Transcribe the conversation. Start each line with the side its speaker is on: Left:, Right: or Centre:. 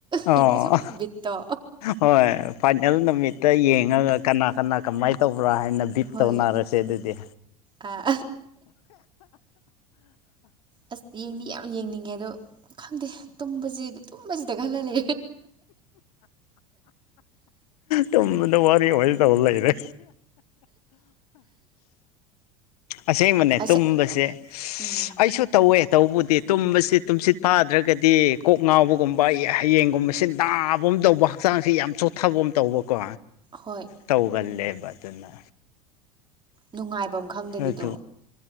Right: ꯍꯥꯏꯗꯤ
Left: ꯑꯣ
Right: ꯁꯨꯝ ꯕꯤꯠꯇꯣ
Left: ꯍꯣꯏ ꯐꯥꯏꯅꯦꯜ ꯅꯨꯃꯤꯠꯇ ꯌꯦꯡꯉ ꯀꯅꯥ ꯀꯅꯥ ꯀꯃꯥꯏꯅ ꯇꯧꯕ꯭ꯔꯥ ꯍꯥꯏ ꯕꯤꯞ
Right: ꯍꯣꯏ
Left: ꯇꯧꯅꯔꯁꯦ ꯑꯗꯨꯗꯤ
Right: ꯑꯥ ꯑꯁ ꯌꯦꯡꯗꯤ ꯌꯥꯝ ꯌꯦꯡꯅꯤꯡꯉꯦ ꯑꯗꯣ ꯈꯪꯗꯦ ꯇꯨꯝꯕꯁꯤ ꯇꯨꯝꯕꯁꯤꯗ ꯈꯜꯂꯂꯦ
Left: ꯇꯨꯝꯕꯗ ꯋꯥꯔꯤ ꯑꯣꯏꯅ ꯇꯕ ꯂꯩꯔꯦ ꯑꯁꯦꯡꯕꯅꯦ
Right: ꯑꯁ
Left: ꯇꯨꯝꯕꯁꯦ
Right: ꯎꯝ
Left: ꯑꯩꯁꯨ ꯇꯧꯋꯦ ꯇꯧꯕꯕꯨꯗꯤ ꯇꯨꯝꯕꯁꯤ ꯇꯨꯝꯁꯤꯠ ꯐꯥꯗ꯭ꯔꯒꯗꯤ ꯀꯣꯛ ꯉꯥꯎꯕꯒꯨꯝꯕ ꯍꯌꯦꯡꯒꯨꯝꯕꯕꯁꯤ ꯅꯥꯕꯒ ꯇꯧꯕ ꯍꯛꯆꯥꯡꯁ ꯌꯥꯝ ꯆꯣꯊꯕ ꯑꯃ ꯇꯧꯕꯀꯣ
Right: ꯍꯣꯏ
Left: ꯇꯧꯒꯜꯂꯦꯕ ꯑꯗꯨꯅ
Right: ꯅꯨꯡꯉꯥꯏꯐꯝ ꯈꯪꯗꯕꯤꯗꯣ
Left: ꯑꯗꯨ